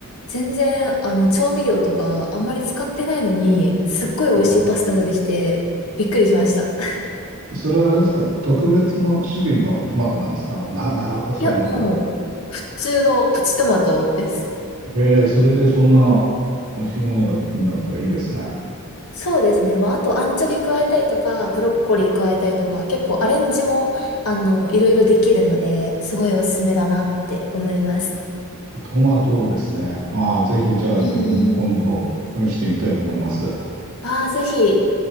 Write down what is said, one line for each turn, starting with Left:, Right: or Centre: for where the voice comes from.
Left: 全然、あの、調味料とかあんまり使ってないのに、すっごい美味しいパスタができて、
Right: あー
Left: びっくりしました。<laughs>
Right: それはあれですか、特別の種類のトマトなんですかあの、な、長細いような。
Left: いや、もう、普通のプチトマトです。
Right: へえ、それでそんな美味しいものができるんだったらいいですね。あ
Left: そうですね。まあ、あと、アンチョビ加えたりとか、ブロッコリー加えたりとか、結構アレンジも、あの、いろいろできるので、すごいおすすめだなって思います。
Right: あ、トマトですね。ああ、ぜひじゃあ自分も今度試してみたいと思います。
Left: うんうん。ああ、ぜひ。